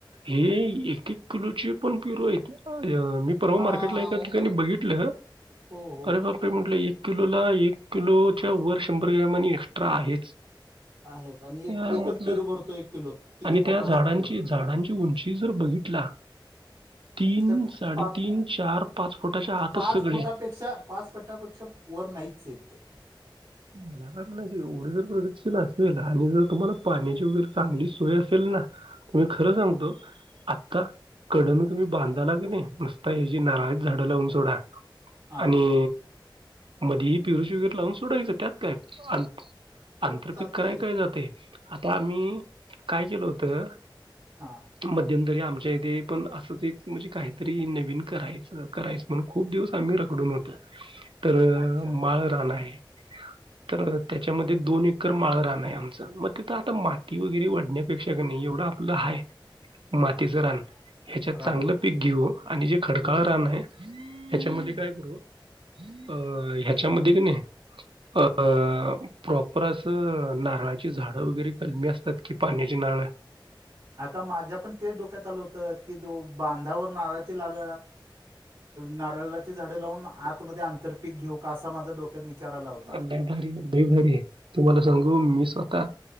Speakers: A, on the right; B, on the right.
A: हे एक किलोची <unintelligible> ह. य मी परवा
B: हां
A: मार्केटला
B: हां
A: एका
B: हो
A: ठिकाणी बघितलं
B: हो हो
A: अरे बापरे म्हटलं, एक किलो ला एक किलोच्या वर शंभर ग्राम आणि एक्स्ट्रा आहेच.
B: आहेच आणि एक
A: या
B: एकच
A: म्हटलं
B: पेरू भरतो एक किलोत किती
A: आणि त्या
B: मोठा
A: झाडांची,
B: असेल पेरू
A: झाडांची उंची जर बघितला तीन
B: तर ती
A: साडेतीन
B: <unintelligible> पाच
A: चार फुटाच्या आतच सगळे
B: फुटापेक्षा पाच फटापेक्षा वर नाहीच येत ते.
A: मला काय म्हणायचं एवढ जर प्रगतशील असेल आणि जर तुम्हाला पाण्याची वगैरे चांगली सोय असेल, ना तुम्ही खरं सांगतो आता कडण तुम्ही बांधाला की नाही नसता हची नाराळीत झाडं लावून सोडा.
B: हां
A: आणि. मधीही परू <unintelligible> र लावून सोडा त्यात काय अंत
B: हो
A: आंतरपिक
B: चालतंय
A: कराय
B: की
A: काय जाते आता आम्ही काय केलं होतं.
B: हां
A: मध्यमंतरी आमच्या <unintelligible> पण असंच एक म्हणजे काहीतरी नवीन करायचं करायचं म्हण खूप दिवस आम्ही रखडून होतो. तर
B: अच्छा
A: माळ रान आहे. तर त्याच्यामध्ये दोन एककर माळा रान आहे आमचा मग <unintelligible> आता माती वगैरे वाढण्या ेक्षक नाही एवढं आपलं हाय मातीच रान. ह्याच्यात
B: रान
A: चांगलं पीक घेऊ आणि जे खडकाळ
B: घेऊ
A: रान हाय. ह्याच्यामध्ये काय करू अ ह्याच्यामध्ये क नाही अ प्रॉपर असं नारळाची झाडं वगैरे कलमी असतात, की पाण्याची नारळ.
B: आता माझ्या पण तेच डोक्यात आलं होतं, की जो बांधावर नारळाची लाल नारळाची झाडें लावून आतमध्ये आंतर पिक घेऊ का असा माझा डोक्यात विचार आला होता
A: ऑनलाइन भारी <unintelligible> भारी आहे. तुम्हाला सांगू मी स्वतः